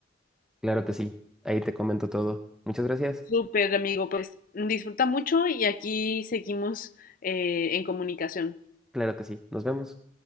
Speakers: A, in the centre; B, on the left.
A: Claro que sí, ahí te comento todo. Muchas gracias.
B: Súper, amigo, pues disfruta mucho y aquí seguimos eh, en comunicación.
A: Claro que sí, nos vemos.